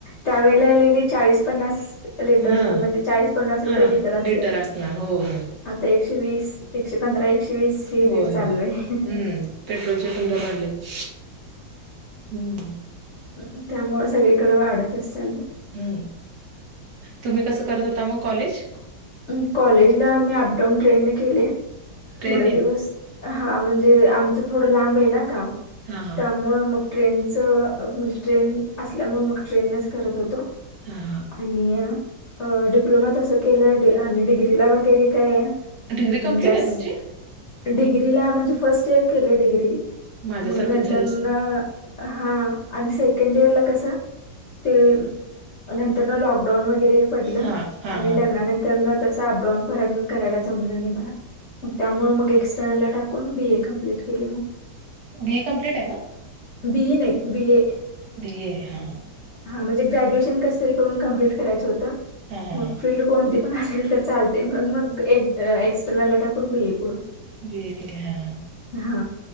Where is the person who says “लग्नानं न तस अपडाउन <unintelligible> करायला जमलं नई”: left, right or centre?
Left